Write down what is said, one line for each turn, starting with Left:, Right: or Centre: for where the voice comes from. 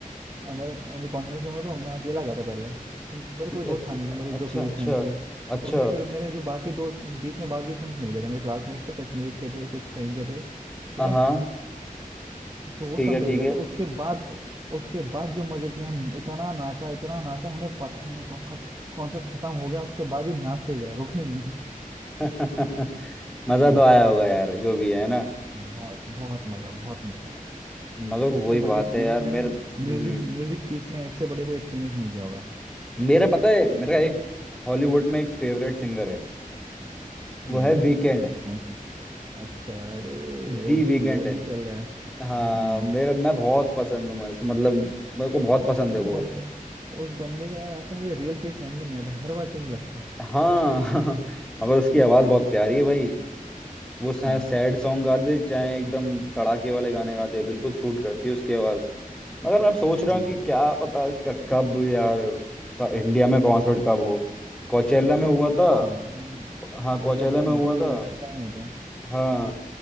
Right: मेरे यानी कॉन्सर्ट सुना तो मैं अकेला गया था पहले तो मेरे
Centre: कि-
Right: कोई दोस्त
Centre: अच्छा
Right: था नहीं जो मेरे
Centre: अच्छा
Right: जो क्लोज
Centre: अच्छा
Right: फ्रेंड्स हैं
Centre: अच्छा
Right: तो मेरे फिर मेरे जो बाकी दोस्त बीच में बाकी फ्रेंड्स मिल गए थे मेरे क्लासमेट से कश्मीर के थे कुछ कहीं के थे ठीक
Centre: हाँ
Right: है
Centre: हाँ,
Right: तो वो
Centre: ठीक
Right: सब
Centre: है
Right: मिल
Centre: ठीक
Right: गया
Centre: है
Right: था उसके बाद उसके बाद जो मजे किए हम इतना नाचा इतना नाचा हमें पता ही नहीं कब खत, कॉन्सर्ट खत्म हो गया उसके बाद भी नाचते गए रुके ही नहीं
Centre: <laughs> मजा
Right: <laughs> हाँ,
Centre: तो आया होगा यार जो भी है ना
Right: बहुत बहुत मजा बहुत मजा यार
Centre: मगर वही
Right: उससे बड़ी
Centre: बात
Right: एक्सपीरियंस
Centre: है यार
Right: मैंने
Centre: मेरे हम्म
Right: म्यूजिक म्यूजिक चीज में उससे बढ़िया कोई एक्सपीरियंस नहीं किया होगा
Centre: मेरा पता है मेरा एक हॉलीवुड में एक फेवरेट सिंगर है
Right: हम्म,
Centre: वो है वीकेंड
Right: कौन सा अच्छा अरे ओजी
Centre: दी वीकेंड
Right: ओजी
Centre: है
Right: चल रहा है
Centre: हाँ
Right: हम्म
Centre: मेरा मैं बहुत पसंद हूँ मैं उसको मतलब मेरे को बहुत
Right: ओ,
Centre: पसंद है
Right: वो
Centre: वो
Right: बंद उस बंदे का यार आज तक मुझे रियल फेस समझ में नहीं आता हर बार चेंज लगता है
Centre: हाँ <laughs> मगर उसकी आवाज़
Right: हम्म
Centre: बहुत प्यारी है भाई वो चाहे
Right: हाँ
Centre: सैड सॉन्ग गा दे चाहे एकदम तड़ाके वाले गाने गा दे बिल्कुल सूट करती है उसकी आवाज़ मगर मैं अब सोच रहा
Right: हाँ
Centre: हूँ कि क्या पता इसका कब यार का इंडिया में कॉन्सर्ट कब हो कोचेला में हुआ
Right: नहीं
Centre: था
Right: होगा हम्म,
Centre: हाँ
Right: कोशेला
Centre: कोचेला
Right: में
Centre: में
Right: होता
Centre: हुआ
Right: है वही
Centre: था
Right: अमेरिका में होता है
Centre: हाँ